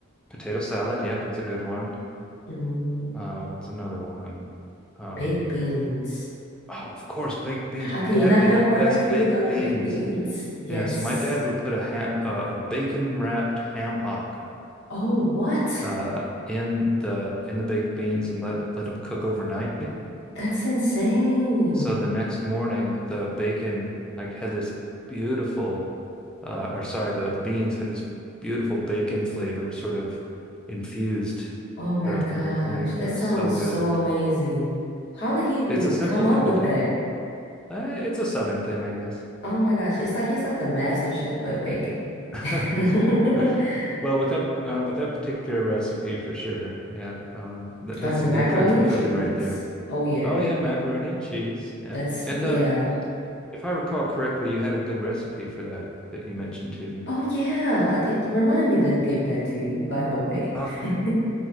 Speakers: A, in the centre; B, on the left.
A: potato salad. Yeah, that's a good one.
B: Mm,
A: Uh, what's another one? Um,
B: baked beans.
A: Oh, of course, baked beans.
B: How
A: My
B: can
A: dad
B: you not
A: made
B: have
A: the best
B: barbecue
A: baked
B: without
A: beans.
B: the baked beans? Yes.
A: Yeah, so my dad would put a ham, uh, a bacon wrapped ham hock,
B: Oh, what?
A: uh, in the in the baked beans and let let them cook overnight.
B: That's insane.
A: So the next morning, the bacon like had this beautiful, uh, or sorry, the the beans had this beautiful bacon flavor sort of infused
B: Oh my
A: throughout
B: gosh,
A: the whole thing.
B: that
A: It was
B: sounds
A: so good.
B: so amazing. How did he even
A: It's a simple
B: come
A: thing
B: up with
A: to do.
B: that?
A: Uh, It's a southern thing, I guess.
B: Oh my gosh, it's like he's like the master chef of bacon.
A: <laughs>
B: <laughs>
A: Well, with that uh, with that particular recipe for sure. Yeah. Um th that's
B: Um, the
A: some
B: macaroni
A: good country
B: and
A: cooking
B: cheese.
A: right there.
B: Oh yeah,
A: Oh yeah, macaroni and cheese. Yeah.
B: that's
A: And
B: yeah.
A: um if I recall correctly, you had a good recipe for that that you mentioned to me.
B: Oh yeah, I did remind me to give that to you, by the way.
A: Um
B: <laughs>